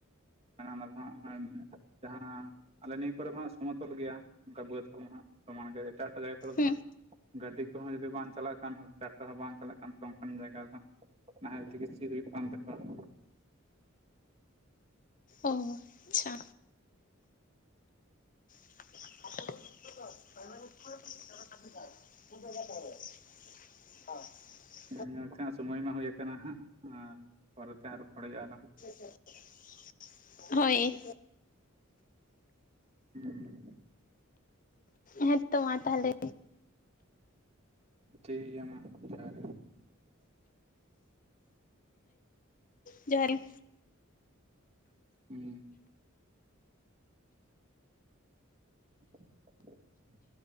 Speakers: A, on the right; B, on the left.
A: ᱚᱱᱟ ᱫᱚ ᱦᱟᱸᱜ <unintelligible> ᱡᱟᱦᱟᱸ ᱟᱞᱮ ᱱᱤᱭᱟᱹ ᱠᱚᱨᱮ ᱫᱚ ᱦᱟᱜ ᱥᱚᱢᱚᱛᱚᱞ ᱜᱮᱭᱟ ᱚᱱᱠᱟ ᱵᱟᱹᱫᱽ ᱠᱚᱸ ᱥᱚᱢᱟᱱ ᱜᱮᱭᱟ ᱮᱴᱟᱜ ᱮᱴᱟᱜ ᱡᱟᱭᱜᱟ ᱠᱚᱨᱮ
B: ᱦᱩᱸ
A: ᱫᱚ ᱦᱟᱸᱜ ᱜᱟᱹᱰᱤ ᱠᱚᱦᱚᱸ ᱡᱩᱫᱤ ᱵᱟᱝ ᱪᱟᱞᱟᱜ ᱠᱷᱟᱱ ᱴᱨᱟᱠᱴᱟᱨ ᱦᱚᱸ ᱵᱟᱝ ᱪᱟᱞᱟᱜ ᱠᱷᱟᱱ ᱚᱱᱠᱟᱱ ᱡᱟᱭᱜᱟ ᱨᱮ ᱫᱚ ᱦᱟᱸᱜ ᱱᱟᱦᱮᱞ ᱛᱮᱜᱮ ᱥᱤ ᱦᱩᱭᱩᱜ ᱠᱟᱱ ᱛᱟᱠᱚᱣᱟ᱾
B: ᱚᱻ ᱟᱪᱪᱷᱟ᱾ <unintelligible>
A: ᱧᱮᱞ ᱧᱮᱞ ᱛᱮ ᱦᱟᱜ ᱥᱚᱢᱚᱭ ᱢᱟ ᱦᱩᱭᱟᱠᱟᱱᱟ ᱦᱟᱸᱜ ᱟᱨ ᱯᱚᱨᱮᱛᱮ ᱨᱚᱯᱚᱲ ᱦᱩᱭᱩᱜ-ᱟ ᱟᱨᱦᱚᱸ᱾
B: <unintelligible> ᱦᱳᱭ᱾
A: ᱦᱩᱸ᱾
B: ᱦᱮᱸᱛᱚ ᱢᱟ ᱛᱟᱦᱚᱞᱮ᱾
A: ᱴᱷᱤᱠ ᱜᱮᱭᱟ ᱢᱟ, ᱡᱚᱦᱟᱨ᱾
B: ᱡᱚᱦᱟᱨ
A: ᱦᱩᱸ <unintelligible>